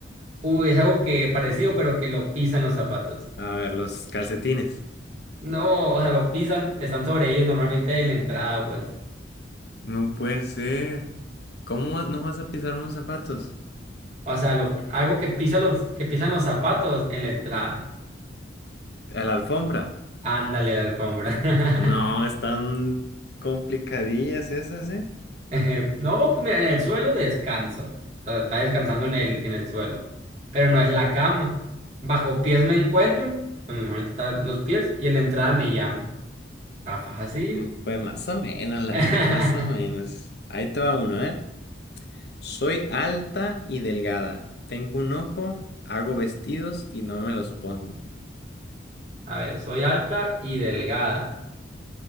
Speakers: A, on the right; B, on the left.
A: Uy, es algo que parecido, pero que lo pisan los zapatos.
B: A ver, los calcetines.
A: No, o sea, lo pisan, están sobre ellos normalmente en la entrada, pues.
B: No puede ser. ¿Cómo va- no vas a pisar unos zapatos?
A: O sea, lo, algo que pisa los, que pisan los zapatos en la entrada.
B: ¿A la alfombra?
A: Ándale, la alfombra. <laughs>
B: No, están complicadillas esas, ¿eh?
A: <laughs> No, pues mira, en el suelo descanso. Está, está descansando en el, en el suelo. Pero no es la cama. Bajo pies me encuentro. Pues normalmente están los pies. Y en la entrada me llaman. Está fácil.
B: Mm, Pues más o menos, la
A: <laughs>
B: verdad, más o menos. Ahí te va uno, ¿eh? Soy alta y delgada. Tengo un ojo, hago vestidos y no me los pongo.
A: A ver, soy alta y delgada.